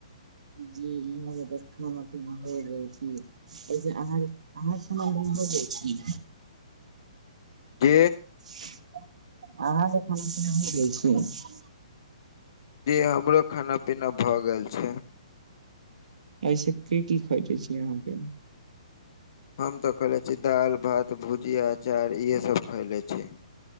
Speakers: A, on the right; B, on the left.
A: जी इह तऽ खाना पीना भ गेल छी। वैसे अहाँ <unintelligible> भ जाय छी।
B: जी।
A: अहाँके खाना पीना भ गेलै छी?
B: जी हमरो खाना पीना भ गेल छै।
A: ऐसे के की खैले छी अहाँके?
B: हम तऽ खले छी दालि, भात, भुजिया, अचार इएहेसभ खयले छी।